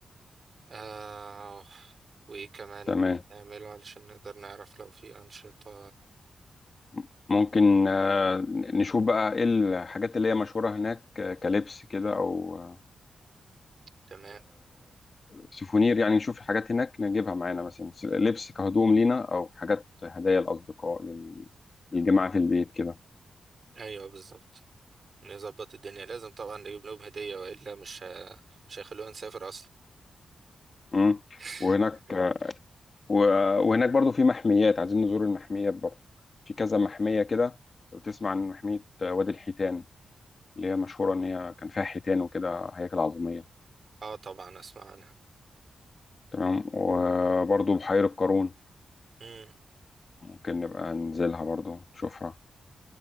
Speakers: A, on the right; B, on the left.
A: آه وإيه كمان
B: تمام
A: ممكن نعمله علشان نقدر نعرف لو في أنشطة
B: م- ممكن آه، نشوف بقى ايه الحاجات اللي هي مشهورة هناك آه، كلبس كده او آه،
A: تمام
B: كسوفونير يعني نشوف حاجات هناك نجيبها معانا مثلا س- لبس كهدوم لينا او حاجات هدايا الأصدقاء لل- للجماعة في البيت كده
A: أيوه بالظبط نظبط الدنيا لازم طبعا نجيب لهم هدية وإلا مش ه- مش هيخلونا نسافر أصلا
B: مم.
A: <laughs>
B: وهناك و- وهناك برضو في محميات عايزين نزور المحميات برضو في كذا محمية كده لو تسمع عن محمية وادي الحيتان اللي هي مشهورة إن هي كان فيها حيتان وكده هياكل عظمية
A: اه طبعا أسمع عنها
B: تمام وبرضو بحيرة قارون
A: مم.
B: ممكن نبقى ننزلها برضو نشوفها